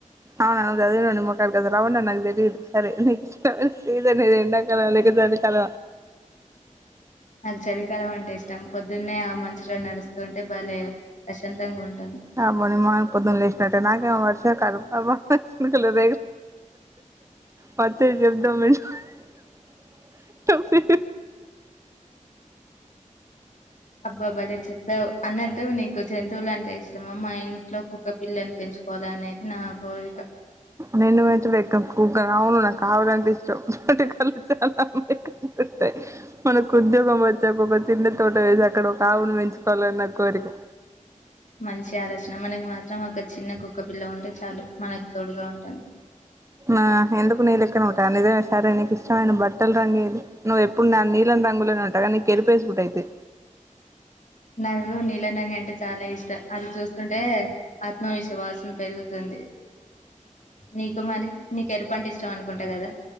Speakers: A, on the right; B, on the left.
A: అవు న అదే ని మకాలు కదవను న నాగ తెలి సరే <unintelligible> ఎకి ఇష్ట సతనే ఇది ఎండకల అ లేకి చలి కల
B: నాకు చలికాలం అంటే ఇష్టం పొద్దున్నే ఆ మంచులో నడుస్తూ ఉంటే బాలె ప్రశాంతంగా ఉంటు
A: అబ్బో నిమ్ ఇ పొదున్న లేసేనట్టే నాకే వర్ష కారు అమ చికు లేదగ పత్ర చెప్దా మంటప్ప <unintelligible>
B: అబ్బాబ్బలే చెప్పావ్ అన్నట్టు నీ కు జంతువులు అంటే ఇష్టమా మా ఇంట్లో కుక్క పిల్లని పెంచుకోవాలి అనేది నా కోరిక
A: నిన్ను పెంచుడే ఎక్కువ కుక్క అవును అవును నాక్ అవులంటే ఇష్టం <unintelligible> ఉంటాయ్ మనకు ఉద్యోగం వచ్చాక ఒక చిన్న తోట వేసి అక్కడ ఒక ఆవును పెంచుకోవాలని నా కోరిక
B: మంచి ఆలోచన మనకి మాత్రం ఒక చిన్న కుక్కపిల్ల ఉంటే చాలు మనకు తోడుగా ఉంటుంది
A: ఆ ఎందుకు నిలేక్కనే ఉంటాదా నీజ్ సరే నీకు ఇష్టమైన బట్టలు రంగేది నువ్వు ఎప్పుడు నా నీళ్ని రంగులేనే ఉంటావుకా నిక్ ఎరరుపేసుకుంట అయితే
B: నాకు నీల రంగు అంటే చాలా ఇష్ ట్ అది చూస్తుంటే ఆత్మవిశ్వాసం పెరుగుతుంది నీకు మరి నీకు ఎరుపు అంటె ఇష్టం అనుకుంటా కదా